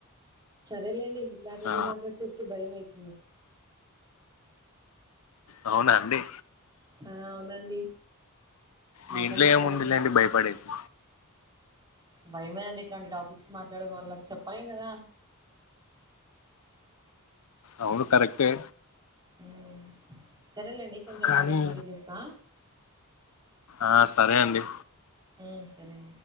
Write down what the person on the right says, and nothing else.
సరేలేండి ఇట్లాంటివన్నీ
మాట్లాడితే ఉరికే భయం అయుతుంది
ఆ అవునండి మాట్లాడికపోవడంమేలుగుతే
భయమేనండి ఇట్లాంటి టాపిక్స్ మాట్లాడడం వాళ్ళకి చెప్పాలి కదా
ఊ సరేలేండి కొంచెం
పనుంది మరీ జేస్తా
ఉ సరే అండి